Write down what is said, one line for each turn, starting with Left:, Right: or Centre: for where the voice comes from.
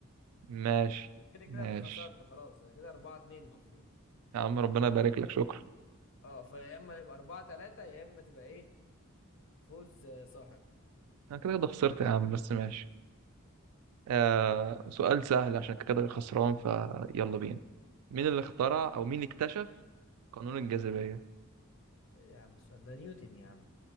Right: ماشي
Left: وكده
Right: ماشي
Left: كده انت خسرت خلاص انا كده 4 2 المفروض
Right: يا عم ربنا يبارك لك شكرا
Left: اه فيا اما يبقى 4 3 يا اما تبقى ايه فوز آه، ساحق
Right: انا كده كده خسرت يا عم بس ماشي آه سؤال سهل عشان كده خسران فيلا بينا مين اللي اخترع
Left: اسأل
Right: او مين اكتشف قانون الجاذبية
Left: ايه يا عم السؤال ده نيوتن يا عم